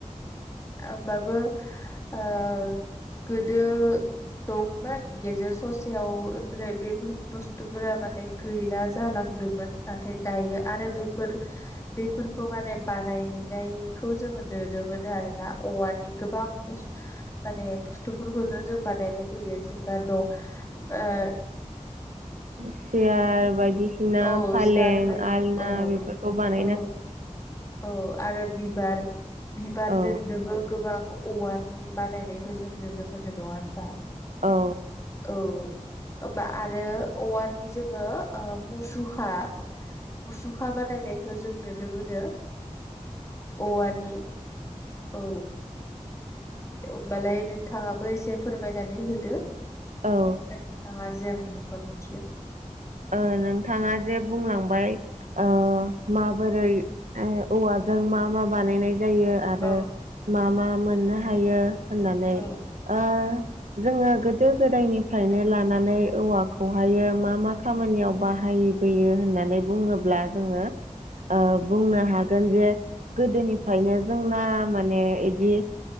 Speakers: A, on the left; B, on the right.
A: ओबो आ ओ गोदो दंमोन गेजेर ससेयाव ओमफ्राय बे बुस्थुफोरा मान <inaudible> गैला जालांदोंमोन नाथाय दायो आरो बेफोर। बेफोरखौ माने बानायनायखौ जोङो नुनो मोनो आरोना औवानि गोबां बुसतु माने बुस्थुफोरखौनो जों बानायनाय नुयो जेनेबा न' <inaudible>
B: सियार बायदिसिना
A: औ
B: फालें
A: सियार बायदि
B: आलना
A: औ
B: बेफोरखौ बानाय
A: औ औ आरो बिबार बिबार
B: औ
A: दोननोबो गोबां औवानि बानायनायखौ जों नुनो मोननाय नङा होनबा
B: औ
A: औ होमबा आरो औवानि जोङो मुसुखा मुसुखा बानायायखौ खौ जों नुनो मोनो औवानि औ होमबालाय नोंथाङाबो एसे फोरमायनानै होदो।
B: औ
A: आं आरजिखिनिखौ मिथिया।
B: ओ नोंथाङा जे बुंलांबाय अ माबोरै औवाजों मा मा बानायनाय जायो आरो
A: औ
B: मा मा मोननो हायो होननानै
A: औ
B: ओ जोङो गोदो गोदायनिफ्रायनो लानानै औवाखौहायो मा मा खामानियाव बाहायबोयो होननानै बुङोब्ला जोङो ओ बुंनो हागोन जे गोदोनिफ्रायनो जोंना माने एदि